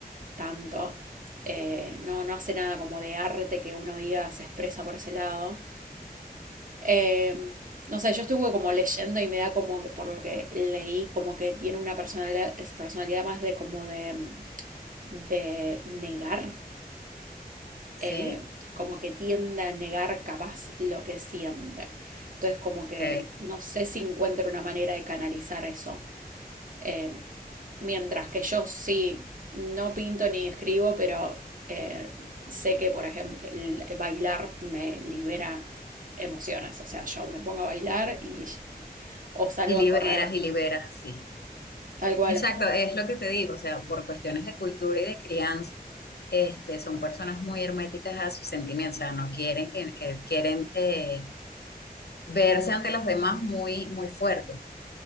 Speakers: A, on the right; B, on the left.
A: tanto. Eh, no, no hace nada como de arte que uno diga se expresa por ese lado. Eh, no sé, yo estuve como leyendo y me da como, que por lo que leí, como que tiene una personalidad, es personalidad más de como de, de negar.
B: ¿sí?
A: eh, como que tiende a negar capaz lo que siente. Entonces como que
B: Ok,
A: no sé si encuentro una manera de canalizar eso. Eh, mientras que yo sí, no pinto ni escribo, pero eh, sé que, por ejemplo, el bailar me libera emociones. O sea, yo me pongo a bailar y o salgo
B: Y liberas
A: a correr,
B: y liberas, sí.
A: tal cual.
B: Exacto, es lo que te digo, o sea, por cuestiones de cultura y de crianza, este, son personas muy herméticas a sus sentimientos, o sea, no quieren que, que- quieren eh, verse ante los demás muy, muy fuertes.